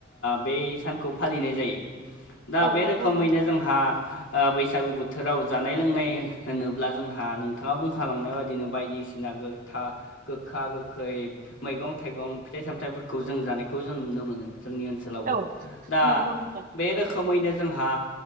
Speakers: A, on the left; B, on the right.
A: ब सानखौ फालिनाय जायो। दा
B: औ
A: बे
B: नंगौ
A: रोखोमैनो
B: नोंथां
A: जोंहा बैसागु बोथोराव जानाय लोंनाय होनोब्ला जोंहा नोंथांङा बुंखालांनो बायदिनो बायदिसिना गो गोखा गोखै मैगं थाइगं फिथाइ सामथायफोरखौ। जों जानायखौ जों नुनो मोनो। जोंनि ओनसोलावबो
B: औ
A: दा
B: नंगौ नोंथां
A: बे रोखोमैनो जोंहा